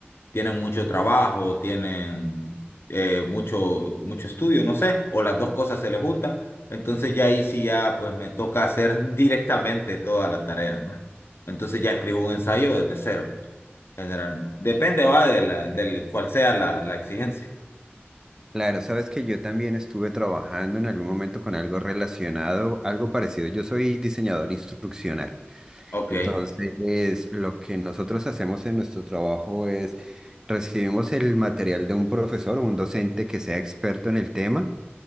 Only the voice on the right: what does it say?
Claro, sabes que yo también estuve trabajando en algún momento con algo relacionado, algo parecido. Yo soy diseñador instruccional.
Entonces, lo que nosotros hacemos en nuestro trabajo es recibimos el material de un profesor o un docente que sea experto en el tema.